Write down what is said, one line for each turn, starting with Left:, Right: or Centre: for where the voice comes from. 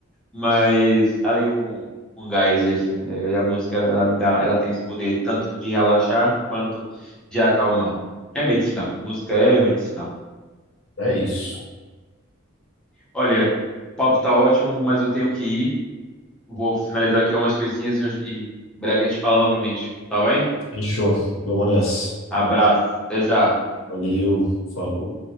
Centre: mas tá ali um, um gás extra. E a música, ela me dá, ela tem esse poder tanto de relaxar quanto de acalmar. É medicinal, música é medicinal.
Left: é isso.
Centre: Olha, o papo tá ótimo, mas eu tenho que ir. Vou finalizar aqui umas coisinhas e e breve a gente fala novamente, tá bem?
Left: Fechou, vamos nessa.
Centre: Abraço, até já.
Left: Valeu, falou.